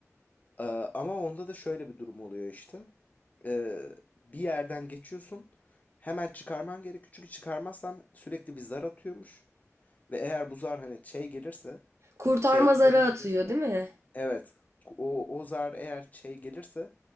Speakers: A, on the left; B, on the right.
A: Ee, ama onda da şöyle bir durum oluyor işte. Ee, bir yerden geçiyorsun. Hemen çıkarman gerekiyor. Çünkü çıkarmazsan sürekli bir zar atıyormuş. Ve eğer bu zar hani şey gelirse,
B: Kurtarma
A: tehlikeli
B: zarı atıyor
A: gelirse
B: değil mi?
A: Evet. O, o zar eğer şey gelirse